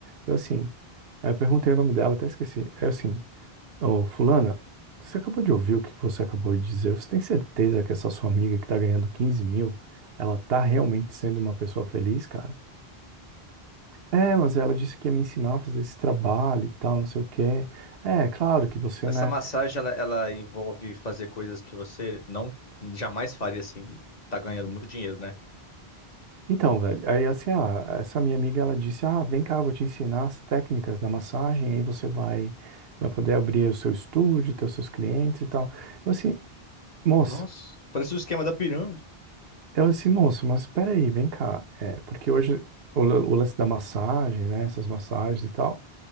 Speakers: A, on the right; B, on the left.
A: eu assim, aí eu perguntei o nome dela, até esqueci, é assim, ô, fulana, você acabou de ouvir o que você acabou de dizer, você tem certeza que essa sua amiga que tá ganhando 15 mil, ela tá realmente sendo uma pessoa feliz, cara? É, mas ela disse que ia me ensinar a fazer esse trabalho e tal, não sei o quê. É, claro que você,
B: Essa
A: né?
B: massagem, ela, ela envolve fazer coisas que você não jamais faria assim, tá ganhando muito dinheiro, né?
A: Então, velho, aí assim, ah, essa minha amiga, ela disse, ah, vem cá, eu vou te ensinar as técnicas da massagem, aí você vai, vai poder abrir o seu estúdio, ter os seus clientes e tal. Eu assim, moça,
B: Nossa. Parece o esquema da pirâmide.
A: eu assim, moço, mas espera aí, vem cá. É, porque hoje o, lan- o lance da massagem, né, essas massagens e tal,